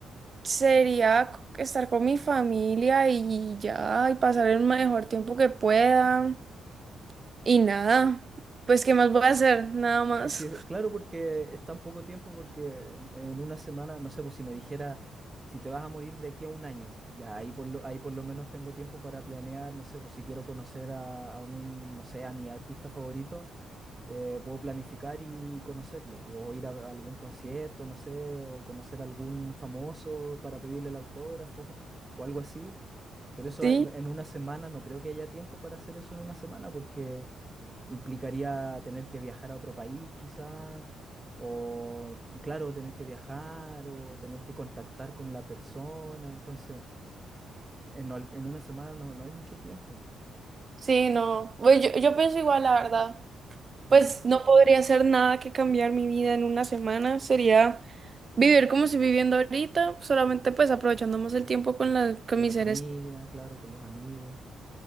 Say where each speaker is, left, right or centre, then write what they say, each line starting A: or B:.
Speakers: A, on the right (about 40°); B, on the right (about 20°).
A: sería c- estar con mi familia y ya, y pasar el mejor tiempo que pueda. Y nada, pues ¿qué más voy a hacer? Nada más.
B: Es que, claro,
A: <laughs>
B: porque es tan poco tiempo, porque en, en una semana, no sé, pues si me dijera, si te vas a morir de aquí a un año, ya ahí por lo, ahí por lo menos tengo tiempo para planear, no sé, pues si quiero conocer a, a un, no sé, a mi artista favorito eh, puedo planificar y conocerlo, o ir a a algún concierto, no sé, o conocer a algún famoso para pedirle el autógrafo <laughs> o algo así. Pero eso
A: Sí.
B: en, en una semana, no creo que haya tiempo para hacer eso en una semana, porque implicaría tener que viajar a otro país quizá, o claro, tener que viajar o tener que contactar con la persona. Entonces, en, al- en una semana no, no hay mucho tiempo.
A: Sí, no. Pues yo, yo pienso igual, la verdad.
B: mm,
A: Pues no podría hacer nada que cambiar mi vida en una semana. Sería vivir como estoy viviendo ahorita, solamente pues aprovechando más el tiempo con, la, con
B: Con
A: mis
B: la familia,
A: seres.
B: claro, con los amigos.